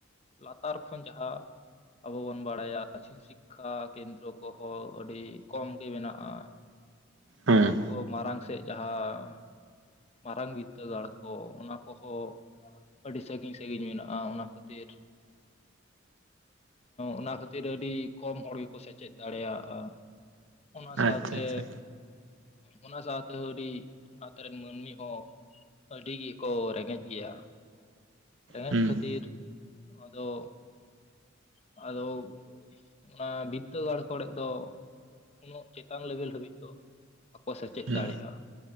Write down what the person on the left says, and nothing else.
ᱞᱟᱛᱟᱨ ᱠᱷᱚᱱ ᱡᱟᱦᱟᱸ ᱟᱵᱚ ᱵᱚᱱ ᱵᱟᱲᱟᱭᱟ <inaudible> ᱥᱤᱠᱠᱷᱟ ᱠᱮᱱᱫᱨᱚ ᱠᱚᱦᱚᱸ ᱟᱹᱰᱤ ᱠᱚᱢ ᱜᱮ ᱢᱮᱱᱟᱜᱼᱟ
ᱚᱱᱟ ᱠᱚᱦᱚᱸ ᱢᱟᱨᱟᱝ ᱥᱮᱫ ᱡᱟᱦᱟᱸ ᱢᱟᱨᱟᱝ ᱵᱤᱫ ᱫᱟᱹᱜᱟᱲ ᱠᱚ ᱚᱱᱟ ᱠᱚᱦᱚᱸ ᱟᱹᱰᱤ ᱥᱟᱹᱜᱤᱧ ᱥᱟᱹᱜᱤᱧ ᱢᱮᱱᱟᱜᱼᱟ ᱚᱱᱟ ᱠᱷᱟᱹᱛᱤᱨ ᱚᱱᱟ ᱠᱷᱟᱹᱛᱤᱨ ᱟᱹᱰᱤ ᱠᱚᱢ ᱦᱚᱲ ᱜᱮᱠᱚ ᱥᱮᱪᱮᱫ ᱫᱟᱲᱮᱭᱟᱜᱼᱟ ᱚᱱᱟ
ᱥᱟᱶᱛᱮ
ᱚᱱᱟ ᱥᱟᱣᱛᱮ ᱟᱹᱰᱤ ᱦᱟᱛ ᱨᱮᱱ ᱢᱟᱹᱱᱢᱤ ᱦᱚᱸ ᱟᱹᱰᱤ ᱜᱮᱠᱚ ᱨᱮᱸᱜᱮᱡ ᱜᱮᱭᱟ ᱨᱮᱸᱜᱮᱡ
ᱠᱷᱟᱹᱛᱤᱨ ᱟᱫᱚ ᱟᱫᱚ ᱚᱱᱟ ᱵᱤᱫᱽᱫᱟᱹᱜᱟᱲ ᱠᱚᱲᱮᱜ ᱫᱚ ᱩᱱᱟᱹᱜ ᱪᱮᱛᱟᱱ ᱞᱮᱵᱮᱞ ᱦᱟᱹᱵᱤᱡ ᱫᱚ ᱵᱟᱠᱚ ᱥᱮᱪᱮᱫ
ᱫᱟᱲᱮᱭᱟᱜᱼᱟ